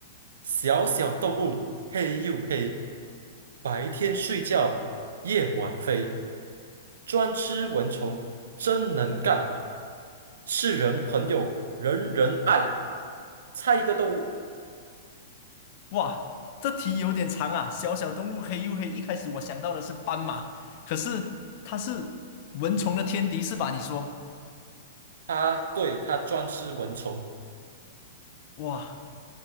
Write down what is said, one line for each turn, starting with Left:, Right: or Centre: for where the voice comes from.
Right: 小小动物，黑又黑，白天睡觉，夜晚飞。专吃蚊虫，真能干，世人朋友人人爱。猜一个动物，
Left: 哇，这题有点长啊。小小动物黑又黑，一开始我想到的是斑马，可是它是蚊虫的天敌是吧？你说，
Right: 它对它专吃蚊虫，
Left: 哇，